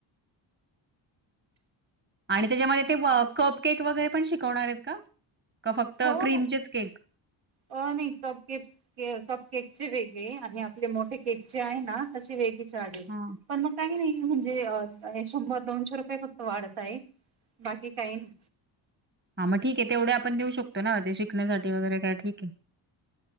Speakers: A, on the right; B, on the right.
A: आणि त्याच्यामध्ये ते व कपकक वगैरे पण शिकवणार आहेत का. का फक्त
B: हो
A: क्रीमचेच
B: हो
A: केक?
B: अ नाही कप केक के कपकेकचे वेगळे आणि आपले मोठे केकचे आहे ना तसे वेगळे चार्जेस
A: हा.
B: पण मग काही नाही. म्हणजे अ शंभर, दोनशे रुपये फक्त वाढत आहे बाकी काही नाही.
A: हा मग ठीक आहे. तेवढे आपण देऊ शकतो ना ते शिकण्यासाठी वगैरे काय ठीक आहे.